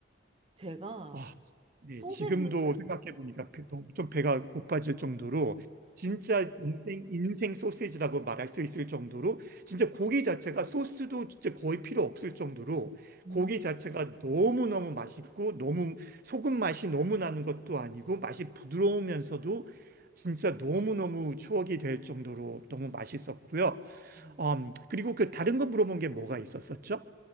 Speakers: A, on the right (about 30°); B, on the right (about 50°).
A: 제가
B: 아, 네,
A: 소세지를
B: 지금도 생각해보니까 배- 너무 좀 배가 고파질 정도로 진짜 인생, 인생 소시지라고 말할 수 있을 정도로 진짜 고기 자체가 소스도 진짜 거의 필요 없을 정도로
A: 음.
B: 고기 자체가 너무너무 맛있고 너무 소금 맛이 너무 나는 것도 아니고 맛이 부드러우면서도 진짜 너무너무 추억이 될 정도로 너무 맛있었고요.
A: 음.
B: 음, 그리고 그 다른 거 물어본 게 뭐가 있었었죠?